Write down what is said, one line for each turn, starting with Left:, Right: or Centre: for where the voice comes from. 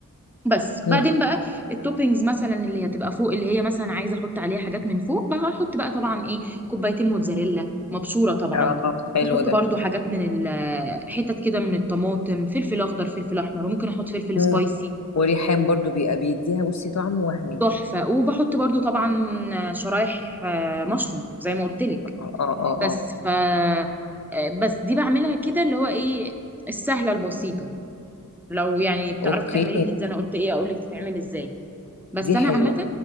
Centre: بس
Left: امم
Centre: بعدين بقى التوبينجز مثلا اللي هتبقى فوق اللي هي مثلا عايزه احط عليها حاجات من فوق بقى هحط بقى طبعا ايه كوبايتين موتزاريلا مبشوره طبعا
Left: اه حلو
Centre: بحط
Left: ده
Centre: برضو حاجات من ال- حتت كده من الطماطم فلفل اخضر فلفل احمر وممكن احط فلفل
Left: امم
Centre: سبايسي
Left: وريحان برضو بيبقى بيديها بصي طعم وهمي
Centre: تحفة وبحط برضو طبعا شرايح آه، مشروم زي ما قلت لك
Left: اه اه اه
Centre: بس
Left: اه
Centre: ف آه، بس دي بعملها كده اللي هو ايه السهلة البسيطة لو يعني بتعرفي
Left: اوكي
Centre: تعملي بيتزا انا قلت ايه اقول لك تتعمل ازاي بس
Left: دي
Centre: انا
Left: حلوه
Centre: عامة